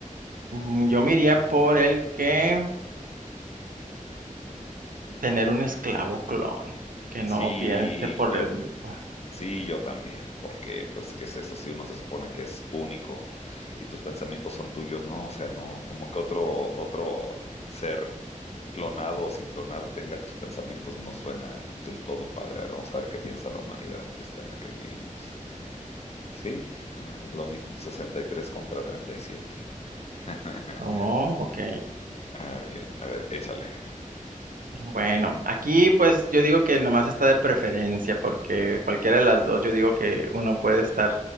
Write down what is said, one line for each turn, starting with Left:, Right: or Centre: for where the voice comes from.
Right: mm, yo me iría por el que tener un esclavo clon, que no
Left: Sí,
Right: piense por
Left: yo,
Right: él mismo.
Left: sí, yo también, porque pues, ¿qué es eso? Si uno se supone que es único y tus pensamientos son tuyos, ¿no? O sea, no, como que otro, otro ser clonado o sin clonar tenga tus pensamientos no suena del todo padre. Ahora vamos a ver qué piensa la humanidad, esta en la que vivimos. Sí, eh, lo mismo 63 contra 37. <laughs>
Right: Oh, ok.
Left: ah, bien, a ver, échale.
Right: Bueno, aquí pues yo digo que nomás está de preferencia, porque cualquiera de las dos yo digo que uno puede estar